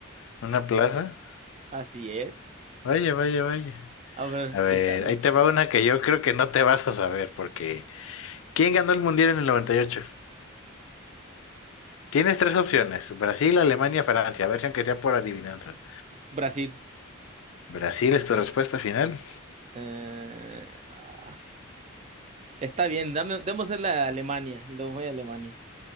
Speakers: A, on the left (about 70°); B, on the right (about 30°).
A: una plaza?
B: Así es.
A: Vaya, vaya, vaya.
B: A ver,
A: A ver,
B: ya sabes,
A: ahí te va una que yo creo que no te vas a saber, porque ¿quién ganó el Mundial en el 98? Tienes tres opciones, Brasil, Alemania, Francia, a ver si aunque sea por adivinanza.
B: Brasil.
A: Brasil es tu respuesta final.
B: Eh, ah, está bien, dame, démosle a Alemania. Le voy a Alemania.